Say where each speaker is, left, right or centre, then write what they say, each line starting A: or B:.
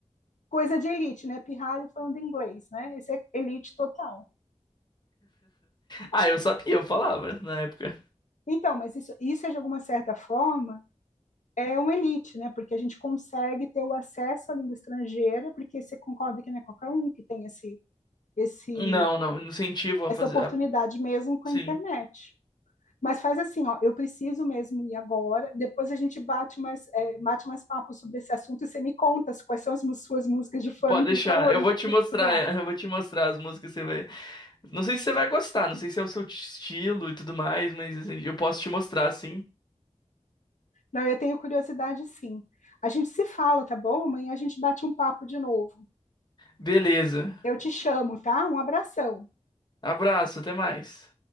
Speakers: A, on the left; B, on the left.
A: coisa de elite, né, pirralho falando inglês, né, esse é elite total.
B: Ah, eu sabia, eu falava na época.
A: Então, mas isso, isso é de alguma certa forma é uma elite, né? Porque a gente consegue ter o acesso à língua estrangeira, porque você concorda que não é qualquer um que tem esse, esse,
B: Não, não, incentivo a
A: essa
B: fazer.
A: oportunidade
B: a-
A: mesmo com
B: Sim,
A: a internet. Mas faz assim, ó, eu preciso mesmo ir agora. Depois a gente bate mais, é, bate mais papo sobre esse assunto e você me conta quais são as mu- suas músicas de funk
B: pode deixar.
A: favoritas
B: Eu vou te
A: e
B: mostrar,
A: tudo mais.
B: <laughs> é, eu vou te mostrar as músicas, você vai. Não sei se você vai gostar, não sei se é o seu estilo e tudo mais, mas assim, eu posso te mostrar sim.
A: Não, eu tenho curiosidade sim. A gente se fala, tá bom? Amanhã a gente bate um papo de novo.
B: Beleza.
A: Eu te chamo, tá? Um abração.
B: Abraço, até mais.